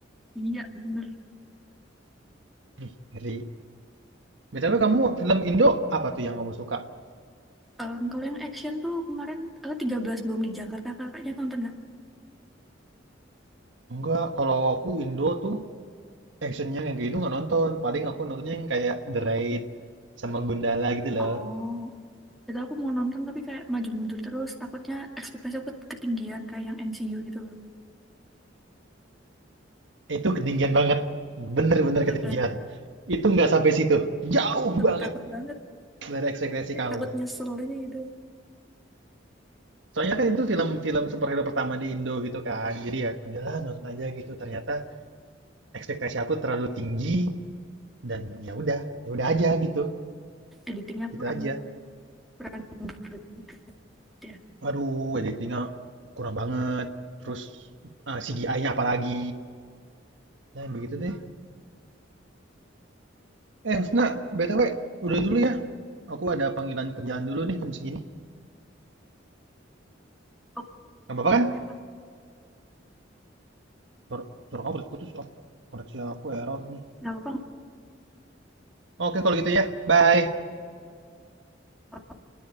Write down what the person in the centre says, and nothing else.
iya bener
Em, kalau yang action tuh kemarin oh, 13 bom di Jakarta kakaknya nonton nggak
oh itu aku mau nonton tapi kayak maju mundur terus takutnya ekspektasi aku ketinggian kayak yang MCU gitu loh
Tuh
kan
tuh
takut banget
kayak
takut nyesel aja gitu
editingnya
kurang
kurang gitu ya
oke nggak
apa-apa
nggak
apa-apa